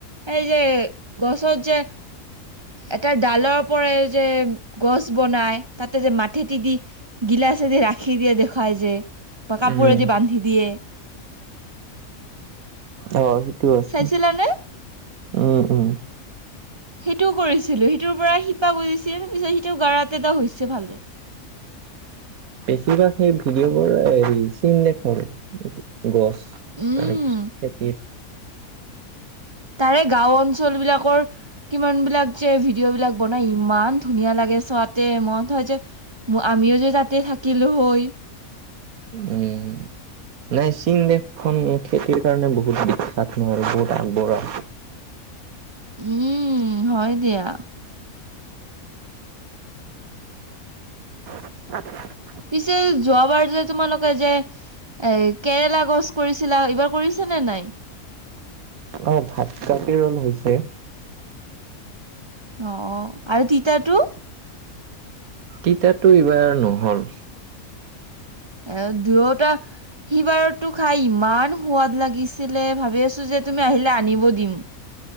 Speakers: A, on the right; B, on the right.
A: এই যে গছত যে এটা ডালৰ পৰাৰে যে গছ বনাই তাতে যে মাটেতি দি গিলাচেদি ৰাখি দিয়ে দেখুৱাই যে বা কাপোৰেদি
B: উম।
A: বান্ধি দিয়েম।
B: অ সেইটোও আছে।
A: চাইছিলানে
B: উম উম।
A: সেইটোও কৰিছিলো সিটোৰ পৰা শিপা গুজিছিল পিছত সিটো কৰাতেটো হৈছে ভালে।
B: বেছিভাগ সেই ভিডিঅ' বোৰ হেৰি চিন দেখৰে গছ। তাৰপিছত
A: উম
B: খেতিৰ।
A: তাৰে গাও অঞ্চল বিলাকৰ কিমান বিলাক যে ভিডিঅ' বিলাক বনাই ইমান ধুনীয়া লাগে চোৱাতে মন হয় যে আমিও যদি তাতে থাকিলো হয়।
B: উম, নাই চীন দেশখন খেতিৰ কাৰণে বহুত বিখ্যাত নয়, আৰু বহুত আগবঢ়োৱা।
A: উম হয় দিয়া।
B: <unintelligible>
A: পিছে যোৱাবাৰ যে তোমালোকে যে এ কেৰেলা গছ কৰিছিলা এইবাৰ কৰিছা নে নাই?
B: অ ভাতকাকি ৰল হৈছে
A: অ আৰু তিতাটো
B: তিতাটো এইবাৰ নহল
A: এ, দুয়োটা সি বাৰতো খাই ইমান সোৱাদ লাগিছিলে ভাবি আছো যে তুমি আহিলে আনিব দিম।